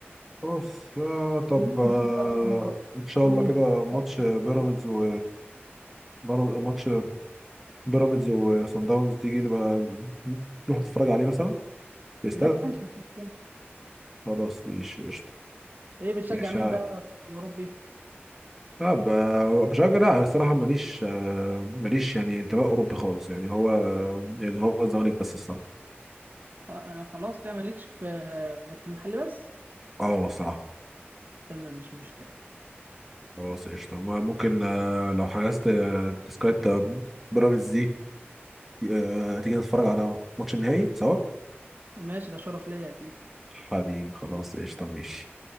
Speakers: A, in the centre; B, on the right (about 50°).
A: خلاص آه طب
B: خلينا
A: آه
B: نشوف بقى مين
A: ان شاء
B: هل
A: الله
B: اللي
A: كده ماتش بيراميدز
B: بتشجع-
A: و بيرا- ماتش بيراميدز وصن داونز تيجي نبقى نروح نتفرج عليه مثلا في الاستاد
B: ماشي مش مشكلة
A: خلاص ماشي قشطة
B: ايه بتشجع
A: ماشي
B: مين بقى في الأوروبي؟
A: لا ب- بشجع لا انا الصراحه ماليش آه، ماليش يعني انتماء اوروبي خالص يعني هو يعني هو الزمالك بس الصراحه
B: آه، خلاص كده مالكش في غير في المحل بس؟
A: اه الصراحه
B: تمام مش مشكلة
A: خلاص قشطه ما- ممكن آه، لو حجزت آه، تذكره آه، بيراميدز دي آه، تيجي نتفرج على ماتش النهائي سوا
B: ماشي ده شرف ليا أكيد
A: حبيبي خلاص قشطه ماشي